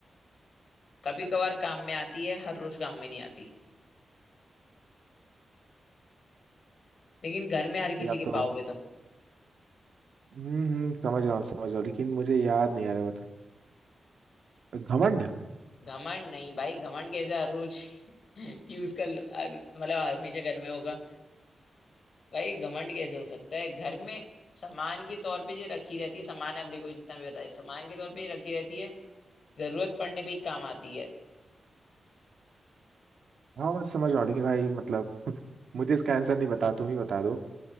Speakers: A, on the left; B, on the right.
A: कभी कभार काम में आती है हर रोज काम में नहीं आती लेकिन घर में हर किसी
B: या
A: के
B: तो
A: पाओगे तुम
B: हम्म हम्म, समझ रहा हूँ समझ रहा हूँ लेकिन मुझे याद नहीं आ रहा बता घमंड
A: घमंड नहीं भाई घमंड कैसे हर रोज <laughs> यूज कर लो- हर मतलब हमेशा घर में होगा भाई घमंड कैसे हो सकता है घर में सामान के तौर पे जो रखी रहती है सामान आप देखो जितना भी बताया सामान के तौर पे ये रखी रहती है जरूरत पड़ने पे ही काम आती है
B: हाँ मैं समझ रहा हूँ लेकिन भाई मतलब <laughs> मुझे इसका आंसर नहीं बता तुम ही बता दो